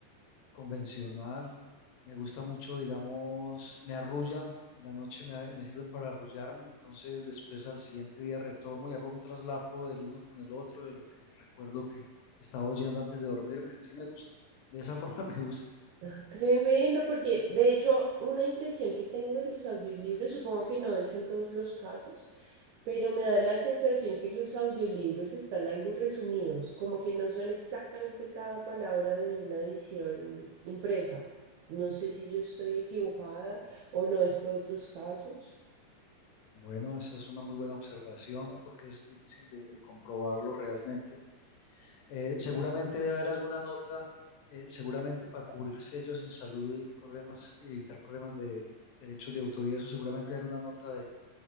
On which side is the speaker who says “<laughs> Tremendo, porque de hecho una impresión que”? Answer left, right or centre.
Right